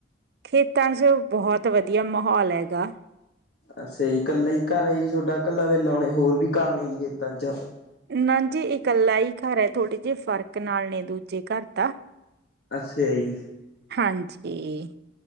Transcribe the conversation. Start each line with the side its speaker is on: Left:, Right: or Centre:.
Right: ਖੇਤਾਂ ਚ ਬਹੁਤ ਵਧੀਆ ਵਧੀਆ ਮਾਹੌਲ ਹੈਗਾ
Left: ਅਛਾ ਜੀ ਕੱਲਾ ਹੀ ਘਰ ਆ ਜੀ ਤੌਡਾ ਕੱਲਾ ਵੇਲਾਉਣੇ ਹੋਰ ਵੀ ਘਰ ਨੇ ਜੀ ਖੇਤਾਂ ਚ
Right: ਨਾ ਜੀ ਇਕੱਲਾ ਹੀ ਘਰ ਹੈ ਥੋੜੇ ਜਿਹੇ ਫ਼ਰਕ ਨਾਲ ਨੇ ਦੂਜੇ ਘਰ ਤਾਂ
Left: ਅੱਛਾ ਜੀ
Right: ਹਾਂਜੀ।